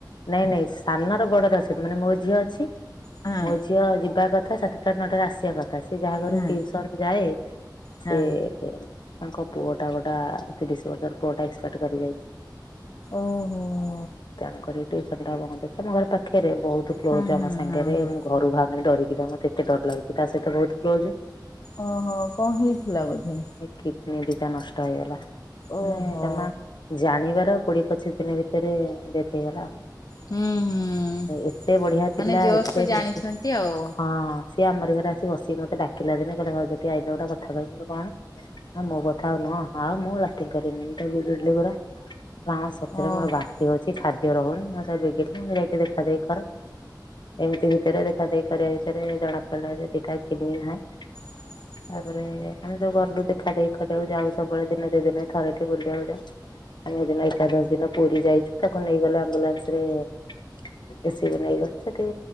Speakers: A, on the left; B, on the left.
A: ନାଇଁ ନାଇଁ। ସାନର ବଡର ଅଛନ୍ତି। ମାନେ ମୋ ଝିଅ ଅଛି।
B: ହଁ
A: ମୋ ଝିଅ ଯିବା କଥା ସାତ ଟା ନଅଟାରେ ଆସିବା କଥା। ସେ ଯାହାଘରୁ
B: ହଁ
A: ଟ୍ୟୁସନ ଯାଏ
B: ହଁ
A: ସେ- <unintelligible> ତାଙ୍କ ପୁଅ ଟା ଗୋଟା <unintelligible> ପୁଅ ଟା <unintelligible> କରି ଯାଇଛି।
B: ଓହୋ।
A: ତେଣୁକରି ତିଉସନ ଟାଇମ୍ ଆମ ଘର ପାଖରେ ବହୁତ- କ୍ଲୋଜ
B: ହଁ
A: ଆମ
B: ହଁ
A: ସାଙ୍ଗରେ
B: ହଁ ହଁ
A: ମୁଁ ଘରୁ ଭାବିକି ଡରିକି ମୋତେ ଏତେ ଡର ଲାଗୁଛି ତା ସହିତ ବହୁତ କ୍ଲୋଜ।
B: ଓହୋ କଣ ହୋଇଥିଲା ବୋଧେ।
A: କିଡନି ଦିଟା ନଷ୍ଟ ହେଇଗଲା।
B: ଓହୋ।
A: ମାନେ ଜମା ଜାଣିବାର କୋଡ଼ି - ପଚିଶ ଦିନ ଭିତରେ ଡେଥ ହେଇଗଲା।
B: ହୁଁ ହୁଁ
A: ଏତେ ବଢିଆ
B: ମାନେ
A: ପିଲା।
B: ଜୋସ୍
A: ଏତେ
B: ତ ଜାଣିଛନ୍ତି
A: ମିଶି -
B: ଆଉ
A: ସିଏ ଆମରି ଘରେ ଆସି ବସିକି ମୋତେ ଡାକିଲା ଦିନେ କହିଲା ଭାଉଜ ଠିଆ ହୋଇଛ ଗୋଟେ କଥା କହିବି। କଣ? ମୋ କଥା ଆଉ ନୁହଁ। ଆଉ ମୁଁ ରାତି ପାହିଲେ <unintelligible> ନା ସତରେ
B: ଓହୋ
A: ମୋର ବାନ୍ତି ହେଉଛି ଖାଦ୍ୟ ରହୁନି। <unintelligible> ଯାଇକି ଦେଖା ଦେଖି କର। ଏମିତି ଭିତରେ ଦେଖା ଦେଖି କରା ଭିତରେ ଜଣା ପଡ଼ିଲା ଯେ ଦୁଇଟି ଯାକ କିଡନୀ ହାର୍ଟ -
B: <unintelligible>
A: ତାପରେ ଆମେ ସବୁ ଗଲୁ ଦେଖାଦେଖି କରିବାକୁ ଯାଉ ସବୁବେଳେ ଦିନେ ଦୁଇଦିନ ରେ ଥରେ ବୁଲିବାକୁ ଯାଉ। ଆମେ ଦିନେ ଏକାଦୋଷୀ ଦିନ ପୁରୀ ଯାଇଛୁ ତାକୁ ନେଇଗଲେ ଆମ୍ବୁଲାନ୍ସରେ। ଏସ ସି ବି ନେଇଗଲେ। ସେଠି